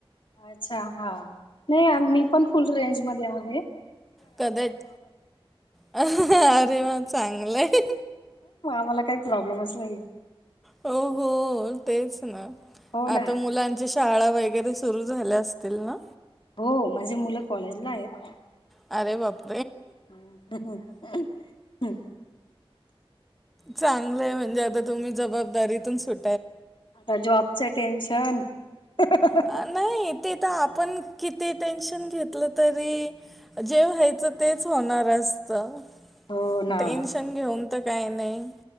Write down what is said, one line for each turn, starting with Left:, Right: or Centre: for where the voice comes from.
Left: अच्छा हा, नाही आम्ही पण फुल रेंज मध्ये आहे. हे
Centre: कधच अ अरे म चांगलंय हे.
Left: मला काही प्रॉब्लेमच नाही.
Centre: हो-हो तेच ना
Left: हो
Centre: आता
Left: ना
Centre: मुलांच्या शा शाळा वगैरे सुरु झाल्या असतील ना,
Left: हो माझी मुलं कॉलेजला आहेत.
Centre: अरे बाप
Left: हम् ह-ह-ह.
Centre: चांगलंय म्हणजे आता तुम्ही जबाबदारीतून सुट
Left: आता जॉबचं टेन्शन. ह् ह्हं ह्हं हं.
Centre: आ, नाही ते तर आपण किती टेन्शन घेतलं तरी जे व्हायचं तेच होणार असतं.
Left: हो ना
Centre: टेन्शन घेऊन. त काही नाही.